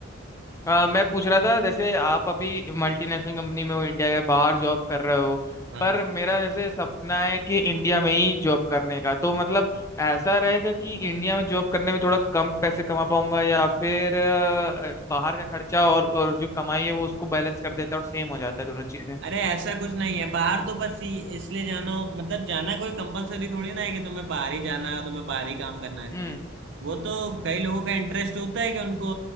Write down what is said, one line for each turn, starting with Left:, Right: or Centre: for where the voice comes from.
Left: अ, मैं पूछ रहा था जैसे आप अभी मल्टीनेशनल कंपनी में हो इंडिया के बाहर जॉब कर रहे हो
Right: हाँ
Left: पर मेरा जैसे सपना है कि इंडिया में ही जॉब करने का तो मतलब ऐसा रहेगा कि इंडिया में जॉब करने में थोड़ा कम पैसे कमा पाऊंगा या फिर अ, बाहर का खर्चा और और जो कमाई है वो उसको बैलेंस कर देता है और सेम हो जाता है दोनों चीजें
Right: अरे ऐसा कुछ नहीं है बाहर तो बस इ- इसलिए जाना हो मतलब जाना कोई कंपलसरी थोड़ी ना है कि तुम्हें बाहर ही जाना है तुम्हें बाहर ही काम करना है
Left: हम्म
Right: वो तो कई लोगों का इंटरेस्ट होता है कि उनको